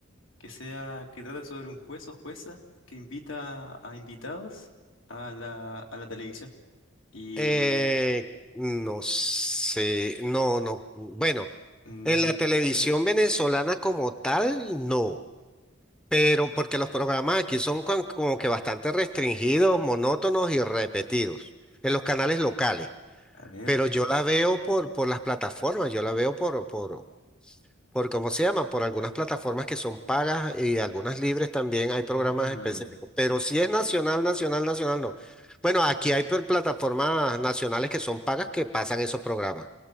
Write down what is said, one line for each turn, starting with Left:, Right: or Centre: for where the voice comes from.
Left: que sea, que trate sobre un juez o jueza que invita a invitados a la, a la televisión. Y,
Centre: Eh, no sé, no, no. Bueno,
Left: mm,
Centre: en la televisión
Left: a ver,
Centre: venezolana como tal, no. Pero porque los programas aquí son con- como que bastante restringidos, monótonos y repetidos en los canales locales.
Left: a ver,
Centre: Pero yo la veo por, por las plataformas, yo la veo por, por, por cómo se llama, por algunas plataformas que son pagas y algunas libres también hay programas
Left: mm,
Centre: específicos, pero si es nacional, nacional, nacional, no. Bueno, aquí hay per- plataformas nacionales que son pagas que pasan esos programas,